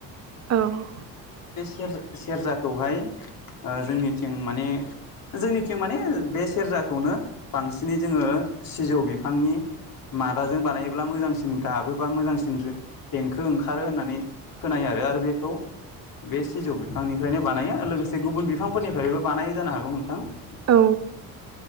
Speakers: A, on the right (about 40°); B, on the left (about 60°).
A: औ ।
B: सेर सेरजाखौहाय ओ जोंनिथिं माने जोंनिथिं माने बे सेरजाखौनो बांसिनै जोङो सिजौ बिफांनि मादाजों बानायोब्ला मोजांसिन गाबो बा मोजांसिन देंखो ओंखारो होननानै खोनायो आरो आरो बेखौ बे सिजौ बिफांनिफ्रायनो बानायो लोगोसे गुबुन बिफां फोरनिफ्रायबो बानायो जानो हागौ नोंथां ।
A: औ